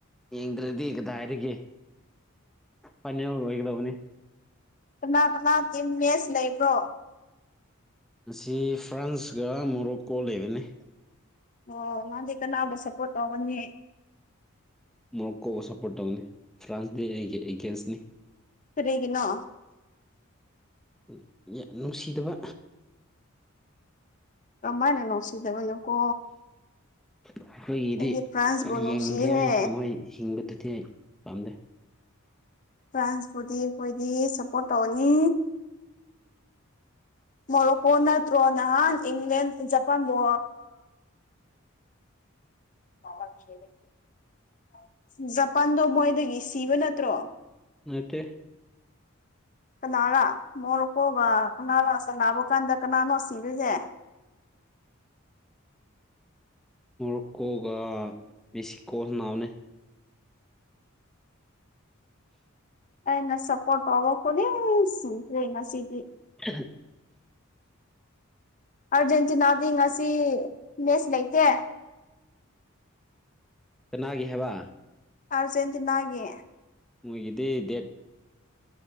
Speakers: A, in the centre; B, on the left.
A: ꯌꯦꯡꯗ꯭ꯔꯗꯤ ꯀꯗꯥꯏꯗꯒꯤ ꯐꯥꯏꯅꯦꯜ ꯑꯣꯏꯒꯗꯧꯕꯅꯤ
B: ꯀꯅꯥ ꯀꯅꯥꯒꯤ ꯃꯦꯁ ꯂꯩꯕ꯭ꯔꯣ
A: ꯑꯁꯤ ꯐ꯭ꯔꯥꯟꯁꯀ ꯃꯣꯔꯣꯛꯀꯣ ꯂꯩꯕꯅꯤ
B: ꯑꯣ ꯅꯪꯗꯤ ꯀꯅꯥꯕꯨ ꯁꯄ꯭ꯔꯣꯠ ꯇꯧꯒꯅꯤ
A: ꯃꯣꯔꯣꯛꯀꯣꯕꯨ ꯁꯞꯄ꯭ꯔꯣꯠ ꯇꯧꯅꯤ ꯐ꯭ꯔꯥꯟꯁꯗꯤ ꯑꯩꯒꯤ ꯑꯦꯒꯦꯟꯁꯅꯤ
B: ꯀꯔꯤꯒꯤꯅꯣ
A: <unintelligible> ꯅꯨꯡꯁꯤꯗꯕ
B: ꯀꯃꯥꯏꯅ ꯅꯨꯡꯁꯤꯗꯕꯅꯣꯀꯣ
A: ꯑꯩꯈꯣꯏꯒꯤꯗꯤ
B: ꯑꯩꯗꯤ ꯐ꯭ꯔꯥꯟꯁꯕꯨ ꯅꯨꯡꯁꯤꯍꯦ
A: ꯌꯦꯡꯅꯤꯡꯗꯦ ꯍꯥꯏ ꯃꯣꯏ ꯍꯤꯡꯕꯗꯨꯗꯤ ꯑꯩ ꯄꯥꯝꯗꯦ
B: ꯐ꯭ꯔꯥꯟꯁꯄꯨꯗꯤ ꯑꯩꯈꯣꯏꯗꯤ ꯁꯞꯄ꯭ꯔꯣꯠ ꯇꯧꯅꯤ ꯃꯣꯔꯣꯀꯣ ꯅꯠꯊ꯭ꯔꯣ ꯅꯍꯥꯟ ꯏꯪ꯭ꯂꯦꯟ ꯖꯄꯥꯥꯟꯕꯣ <unintelligible> ꯖꯄꯥꯟꯗꯣ ꯃꯣꯏꯗꯒꯤ ꯁꯤꯕ ꯅꯠꯇ꯭ꯔꯣ
A: ꯅꯠꯇꯦ
B: ꯀꯅꯥꯔꯥ ꯃꯣꯔꯣꯛꯀꯣꯒ ꯀꯅꯥꯔ ꯁꯥꯅꯥꯕ ꯀꯥꯟꯗ ꯀꯅꯥꯅꯣ ꯁꯤꯕꯁꯦ
A: ꯃꯣꯔꯣꯛꯀꯣꯒ ꯃꯦꯛꯁꯤꯀꯣ ꯁꯥꯅꯕꯅꯦ
B: ꯑꯩꯅ ꯁꯄ꯭ꯔꯣꯠ ꯇꯧꯕ ꯈꯨꯗꯤꯡ ꯁꯤꯈ꯭ꯔꯦ ꯉꯁꯤꯗꯤ
A: <unintelligible>
B: ꯑꯔꯖꯦꯟꯇꯤꯅꯥꯗꯤ ꯉꯁꯤ ꯃꯦꯁ ꯂꯩꯇꯦ
A: ꯀꯅꯥꯒꯤ ꯍꯥꯏꯕ
B: ꯑꯔꯖꯁꯤ ꯅꯒꯦ
A: ꯃꯣꯏꯒꯤꯗꯤ ꯗꯦꯠ